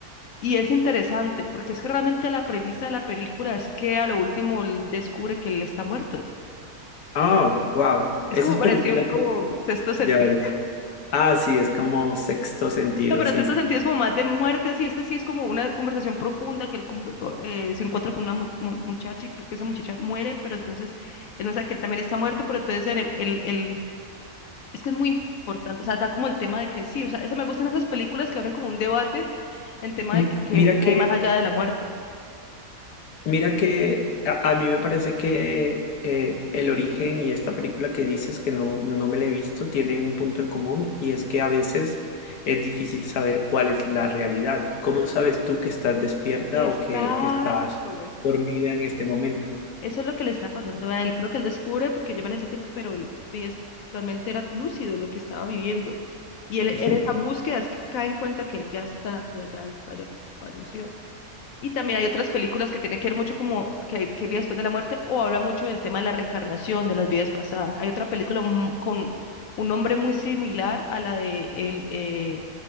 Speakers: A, on the left (about 70°); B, on the left (about 90°).
A: y es interesante, porque es que realmente la premisa de la película es que a lo último él descubre que él está muerto.
B: Oh, wow.
A: Es
B: Esas
A: como
B: películas.
A: parecido como
B: no-
A: sexto sentido
B: Ya, ya. Ah, sí, es como sexto sentido,
A: No, pero
B: sí.
A: este otro
B: sí.
A: sentido es como más de muerte, así este sí es como una conversación profunda que él con- co- eh, se encuentra con una mu- mu- muchacha y creo que esa muchacha muere, pero entonces él no sabe que él también está muerto, pero entonces en el, el, el- es que es muy importante, o sea, da como el tema de que sí, o sea, eso me gustan esas películas que abren como un debate en tema
B: M-
A: de que,
B: Mira
A: que
B: que
A: hay más allá de la muerte.
B: Mira que a, a mí me parece que eh, El Origen y esta película que dices que no, no me la he visto tienen un punto en común y es que a veces es difícil saber cuál es la realidad. ¿Cómo sabes tú que estás despierta
A: Exacto,
B: o que estás dormida en este momento?
A: Eso es lo que le está pasando a él. Creo que él descubre, porque yo me la hice tiempo, pero él veía eso, realmente era lúcido lo que estaba viviendo. Y él
B: <laughs>
A: en esa búsqueda es que cae en cuenta que él ya está, ya, ya, ya, falleció. Y también hay otras películas que tienen que ver mucho como que, que vida después de la muerte o habla mucho del tema de la reencarnación, de las vidas pasadas. Hay otra película mu- con un nombre muy similar a la de El, eh,